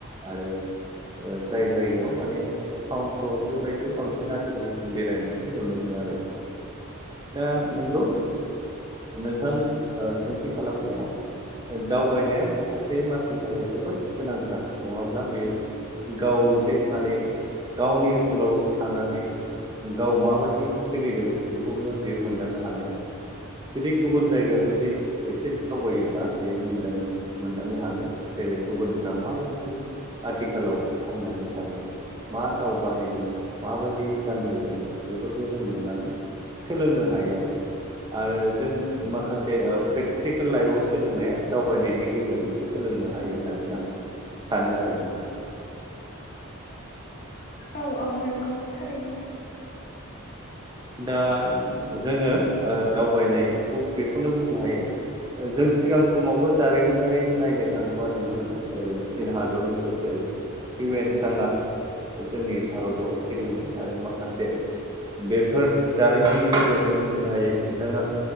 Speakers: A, on the right; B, on the left.
A: आरो जाय जायगायाव माने टाउन सहर बेबायदियाव बांसिन आथिखालाव जों बेरायनायखौ नुनो मोनो आरो नोंथां
B: <inaudible>
A: दा
B: उम
A: नंगौ नोंथां ओ सोंथि खालामनाया ओ दावबायनाया सासे मानसिनि थाखाय जोबोद गोनांथार नङाब्ला बेयो गाव जे माने गावनि ओनसोलाव थानानै गाव माबायदि सोलिदों बेखौनो बेयो मोनदांनो हानाय नङा जुदि गुबुन जायगायाव जुदि एसे दावबायो बे मोन मोनदांनो मोनदांनो हागोन जेरै गुबुनफोरा माबायदि आथिखालाव थांनानै थानो मा राव बाहायदों माबायदि गानदों जोमदों बेफोरखौ जों नुनानै सोलोंनो हायो आरो आरो जों माखासे प्रेक्टिकेल लाइफआव सोलोंनाया दावबायनायनि गेजेरजों सोलोंनो हायो होननानै आं सानो आरो नोंथां।
B: औ औ नंगौ थारैनो।
A: दा जोंङो दावबायनायखौ बेखौनो बुंनो हायो। जों सिगां समावबो जारिमिनारि नायनो थांङोबा नुनो मोनो ओरै चीन हादरनिफ्राय जेरै इउ एन साङआ जोंनि भारताव फैदोंमोन आरो माखासे बे फोर जारिमिननि गेजेरजों मिथिनो हायो बिथांङा।